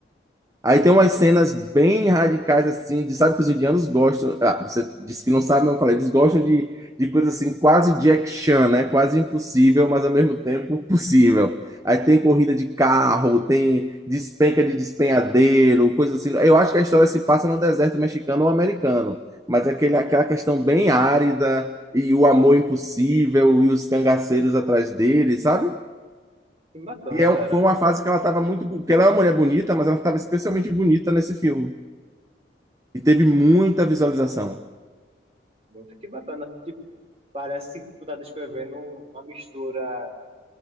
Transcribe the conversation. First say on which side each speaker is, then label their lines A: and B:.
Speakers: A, on the right; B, on the right.
A: Sim,
B: Aí tem umas cenas bem radicais, assim, de sabe que os indianos gostam. Ah, você disse que não sabe, mas eu falei, eles gostam de, de coisas assim, quase Jack Chan, né? Quase impossível, mas ao mesmo tempo possível. Aí tem corrida de carro, tem despenca de despenhadeiro, coisas assim. Eu acho que a história se passa no deserto mexicano ou americano, mas é aquele, aquela questão bem árida e o amor impossível e os cangaceiros atrás dele, sabe?
A: que bacana,
B: E é-
A: cara.
B: um, foi uma fase que ela estava muito. bo- Porque ela é uma mulher bonita, mas ela estava especialmente bonita nesse filme. E teve muita visualização.
A: Muito que bacana. Tipo, parece que tu tá descrevendo um- uma mistura